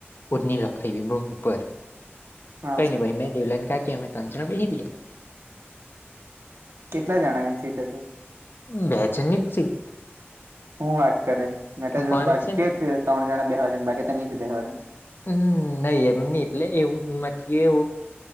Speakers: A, on the left; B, on the right.
A: પૂટની લખાવવી ભૂમિ પર
B: હા
A: કઈ ન ભાઈ મેં દેવલન કા કે તો અચના ભહી દ
B: કેટલા જણા એ સીતથી
A: બેજની જ
B: હું વાત કરે મેા
A: પણ
B: બાકી
A: ને
B: છે ત્રણ જણા બેહેવા દે બાકી ત ની જ બેવા દ
A: હમ નહી એમ ન એટલે એવું મ એવું